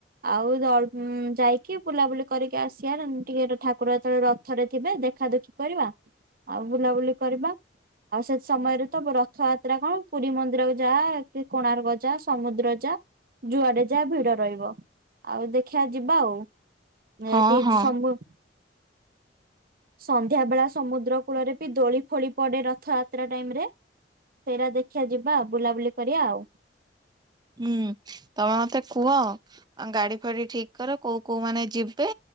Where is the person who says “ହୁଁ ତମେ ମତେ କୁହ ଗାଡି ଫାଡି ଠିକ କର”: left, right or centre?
Right